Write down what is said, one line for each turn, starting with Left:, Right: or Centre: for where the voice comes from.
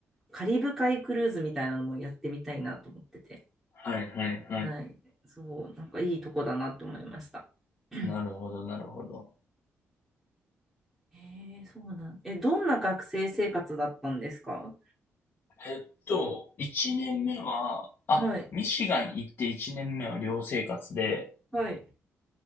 Centre: カリブ海クルーズみたいなのもやってみたいなと思ってて。
Left: はいはいはい。
Centre: はい。そう、なんかいいとこだなって思いました。<clears throat>
Left: なるほど、なるほど。
Centre: えー、そうなん。え、どんな学生生活だったんですか
Left: えっと、1年目は、あ、
Centre: はい。
Left: ミシガン行って1年目は寮生活で、
Centre: はい。